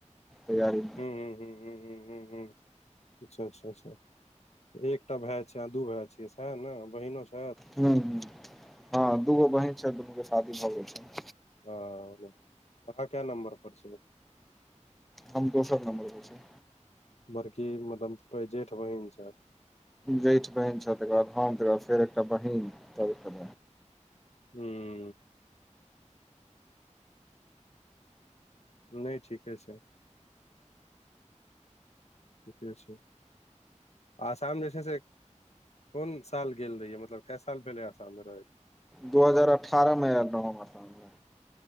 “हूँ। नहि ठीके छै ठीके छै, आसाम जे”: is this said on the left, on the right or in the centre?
Left